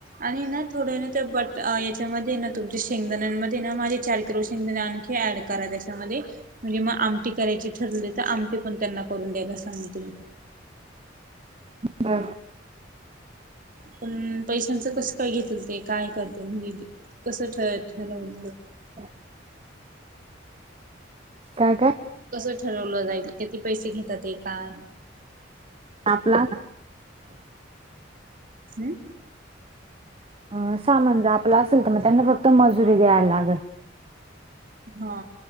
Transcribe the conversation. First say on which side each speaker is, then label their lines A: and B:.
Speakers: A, on the right (about 45°); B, on the right (about 30°).
A: आणि ना थोड ना त्या बट याच्यामध्ये ना तुमच्या शेंगदाण्यामध्ये ना माझे चार किलो शेंगदाणे आणखी. हे ऍड करा त्याच्यामध्ये. म्हणजे मग आमटी करायची ठरली तर आमटी पण त्यांना करून द्यायला सांगते मी.
B: बरं.
A: पण पैशांचं कस काय घेतल ते काय करते म्हणजे. कसं ठ ठवलं.
B: ह. सगर.
A: कसं ठरवलं जाईल किती पैसे घेतात ते काय.
B: आपला.
A: हम्म.
B: अ सामान ज आपला असेल तर मग त्यांना फक्त मजुरी द्यायला लागल.
A: हा